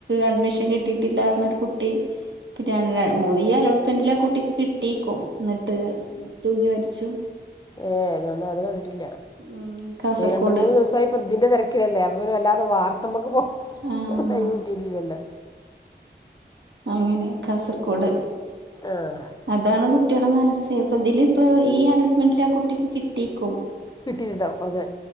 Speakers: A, on the right; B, on the left.
A: അഡ്മഷൻ ക്ഷൻ കിട്ടിയിട്ടില്ലാര ഒരു കുട്ടി പിന്നെ ഈ അലോട്ട്മെന്റിൽ ആ കുട്ടിക്ക് കിട്ടീക്കും എന്നിട്ട് തൂങ്ങി മരിച്ചു.
B: ഏ് ഞാാ അത് കി
A: ഉം കാസർഗോഡ്
B: ഈ രണ്ട് മൂന്ന് ദിവസ ഇതിന്റെ തിരക്കിലല്ലേ അപ വല്ലാതെ വ നമ്മുക്ക് പോ
A: ആഹ്
B: തൈമ് കിട്ടിട്ടില്ലല്ലോ?
A: അങ്ങനെ കാസർഗോഡ്
B: ആഹ്
A: അതാണ് കുട്ടികളുടെ മനസ്സ് അപ്പ ഇതില ഇപ്പ ഈ അലോട്ട്മെന്റൽ ആ കുട്ടിക്ക് കിട്ടീക്കും.
B: കട്ടിട്ടണ്ടാവും അത്